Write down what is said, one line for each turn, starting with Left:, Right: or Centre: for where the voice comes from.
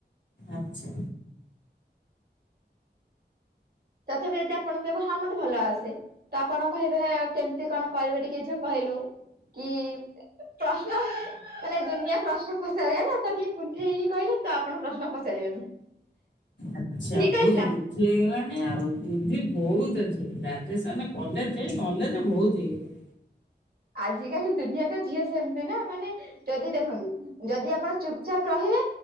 Left: ଆଚ୍ଛା।
Right: ତଥାପି ଯଦି ଆପଣ କହିବେ ହଁ ମତେ ଭଲ ଆସେ। ତ ଆପଣ କହିବେ କେମ୍ତି କଣ କରିବେ ଟିକେ ଝିଅ କହିଲୁ କି ପ୍ରଶ୍ନ ମାନେ ଦୁନିଆ ପ୍ରଶ୍ନ <unintelligible> ତ ଟିକେ କୁନ୍ଥେଇ ହେଇକି କହିଲେ ତ ଆପଣ ପ୍ରଶ୍ନ ପଚାରିବେନି।
Left: ଆଚ୍ଛା
Right: ଠିକ
Left: ବହୁଟ୍
Right: କହିଲି ନା?
Left: ବୁଦ୍ଧି ହେଇଗଲାଣି ଆଉ ବୁଦ୍ଧି ବହୁତ ଅଛି ଗ୍ରାଜୁଏସନ କଲେଜେ ନଲେଜେ ବହୁତ୍ ହେଇଗଲାଇ।
Right: ଆଜିକାଲି ଦୁନିଆ ତ ଝିଅ ସେମ୍ତି ନା ମାନେ ଯଦି ଦେଖନ୍ତୁ ଯଦି ଆପଣ ଚୁପଚାପ୍ ରହିବେ